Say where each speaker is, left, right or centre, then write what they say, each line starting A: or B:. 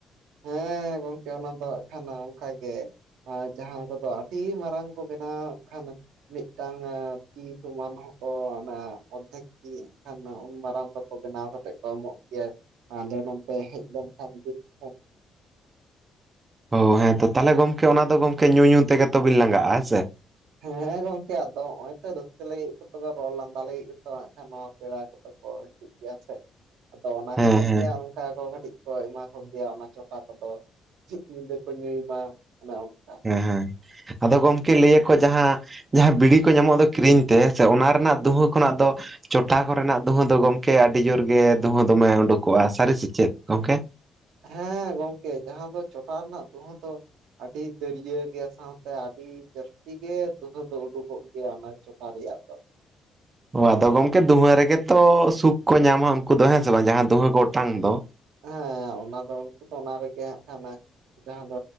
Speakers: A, on the right; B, on the right.
A: ᱦᱮᱸ ᱜᱚᱝᱠᱮ, ᱚᱱᱟ ᱫᱚ ᱦᱟᱜ ᱠᱷᱟᱱᱟ ᱚᱱᱠᱟ ᱜᱮ, ᱟᱨ ᱡᱟᱦᱟᱸ ᱠᱚᱫᱚ ᱟᱹᱰᱤ ᱢᱟᱨᱟᱝ ᱠᱚ ᱵᱮᱱᱟᱣ ᱦᱟ ᱠᱷᱟᱱ, ᱢᱤᱫᱴᱟᱝ ᱛᱤ ᱥᱚᱢᱟᱱ ᱦᱚᱸᱠᱚ ᱚᱱᱟ, ᱚᱨᱫᱷᱮᱠ ᱛᱤ ᱠᱷᱟᱱ ᱩᱱ ᱢᱟᱨᱟᱝ ᱫᱚᱠᱚ ᱵᱮᱱᱟᱣ ᱠᱟᱛᱮᱫ ᱠᱚ ᱮᱢᱚᱜ ᱜᱮᱭᱟ, ᱟᱞᱮ ᱱᱚᱱᱛᱮ ᱦᱮᱡ ᱞᱮᱱᱠᱷᱟᱱ ᱜᱤ <unintelligible>
B: ᱦᱳᱭ ᱦᱮᱸ ᱛᱚ, ᱛᱟᱦᱚᱞᱮ ᱜᱚᱢᱠᱮ ᱚᱱᱟᱫᱚ ᱜᱚᱢᱠᱮ ᱧᱩ ᱧᱩ ᱛᱮᱜᱮ ᱛᱚᱵᱮ ᱞᱟᱜᱟᱜᱼᱟ ᱦᱮᱸ ᱥᱮ,
A: ᱦᱮᱸ ᱜᱚᱝᱠᱮ ᱟᱫᱚ ᱱᱚᱜ ᱛᱚ ᱨᱟᱹᱥᱠᱟᱹ ᱞᱟᱹᱜᱤᱫ ᱨᱚᱲ ᱞᱟᱸᱫᱟ ᱞᱟᱹᱜᱤᱫ ᱜᱮᱛ ᱦᱟᱜ ᱠᱷᱟᱱ ᱱᱟᱣᱟ ᱯᱮᱲᱟ ᱠᱚᱫᱚ ᱠᱚ ᱴᱷᱤᱠ ᱜᱮᱭᱟ ᱪᱷᱮ, ᱟᱫᱚ ᱚᱱᱟ
B: ᱦᱮᱸ
A: ᱠᱷᱟᱹᱛᱤᱨ
B: ᱦᱮᱸ
A: ᱛᱮ ᱟᱨ ᱪᱠᱟ ᱠᱚ ᱠᱟᱹᱴᱤᱡ ᱠᱚ ᱮᱢᱟ ᱠᱚᱜᱮᱭᱟ ᱚᱱᱟ ᱪᱯᱷᱟ ᱠᱚᱫᱚ, ᱪᱷᱤᱜ ᱧᱤᱫᱟᱹ ᱠᱚ ᱧᱩᱭ ᱢᱟ ᱚᱱᱮ ᱚᱱᱠᱟ᱾
B: ᱦᱮᱸ ᱦᱮᱸ, ᱟᱫᱚ ᱜᱚᱢᱠᱮ ᱞᱟᱹᱭᱟᱠ ᱡᱟᱦᱟᱸ ᱡᱟᱦᱟᱸ ᱵᱤᱲᱤ ᱠᱚ ᱧᱟᱢᱚᱜ ᱫᱚ ᱠᱤᱨᱤᱧ ᱛᱮ, ᱥᱮ ᱚᱱᱟ ᱨᱮᱱᱟᱜ ᱫᱩᱦᱟᱹ ᱠᱷᱚᱱᱟᱜ ᱫᱚ ᱪᱚᱴᱷᱟ ᱠᱚᱨᱮᱱᱟᱜ ᱫᱩᱦᱟᱹ ᱫᱚ ᱜᱚᱢᱠᱮ ᱟᱹᱰᱤ ᱡᱳᱨ ᱜᱮ ᱫᱩᱦᱟᱹ ᱫᱚᱢᱮ ᱩᱰᱩᱠᱚᱜᱼᱟ, ᱥᱟᱹᱨᱤ ᱥᱮᱪᱮᱫ ᱜᱚᱢᱠᱮ?
A: ᱦᱮᱸ ᱜᱚᱝᱠᱮ, ᱡᱟᱦᱟᱸ ᱫᱚ ᱪᱚᱴᱟᱣ ᱨᱮᱱᱟᱜ ᱫᱩᱸᱦᱟᱹ ᱫᱚ ᱟᱹᱰᱤ ᱩᱛᱟᱹᱨ ᱫᱟᱹᱨᱤᱭᱟᱹ ᱜᱮ ᱥᱟᱶᱛᱮ ᱟᱹᱰᱤ ᱡᱟᱹᱥᱛᱤ ᱜᱮ ᱫᱩᱦᱟᱹ ᱫᱚ ᱟᱱᱰᱳᱠᱚᱠ ᱜᱮᱭᱟ ᱚᱱᱟ ᱡᱚᱴᱷᱟ ᱨᱮᱭᱟᱜ ᱫᱚ᱾
B: ᱚ ᱟᱫᱚ ᱜᱚᱝᱠᱮ ᱫᱩᱦᱟᱹ ᱨᱮᱜᱮ ᱛᱚ ᱥᱩᱠ ᱠᱚ ᱧᱟᱢᱟ ᱩᱱᱠᱩ ᱫᱚ ᱦᱮᱸ ᱥᱮ ᱵᱟᱝ ᱡᱟᱦᱟᱸ ᱫᱩᱦᱟᱹ ᱠᱚ ᱚᱴᱟᱝ ᱫᱚ
A: ᱦᱮᱸ ᱚᱱᱟ ᱫᱚ ᱩᱱᱠᱩ ᱫᱚ ᱚᱱᱟ ᱨᱮᱜᱮ ᱦᱟᱸᱜ ᱠᱟᱱᱟ ᱡᱟᱦᱟᱸ ᱫᱚ